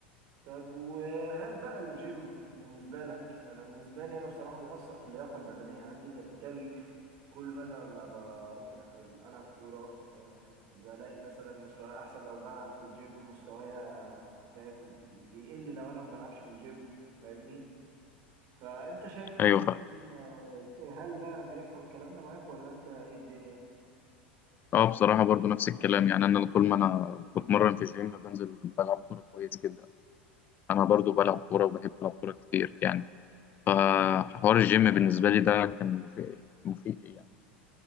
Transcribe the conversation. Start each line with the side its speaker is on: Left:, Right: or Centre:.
Right: طب وهل بقى الجيم بالنسبة لك انا بالنسبة لي انا بصراحة بيأثر في اللياقة البدنية عندي فبالتالي كل مثلا ما بروح ال- ألعب كورة فاهم بلاقي مثلا مستواي أحسن لو بلعب في الجيم مستوايا فاهم بيقل لو أنا ما بلعبش في الجيم فاهمني فأنت شايف مثلا
Left: ايوه فاهم
Right: آه، هل بقى بيحصل الكلام ده معاك ولا أنت إيه الدنيا؟
Left: اه بصراحه برضو نفس الكلام يعني انا طول ما انا بتمرن في الجيم بنزل بلعب كوره كويس جدا انا برضو بلعب كوره وبحب العب كوره كتير يعني فحوار الجيم بالنسبه لي ده كان مفيد مفيد يعني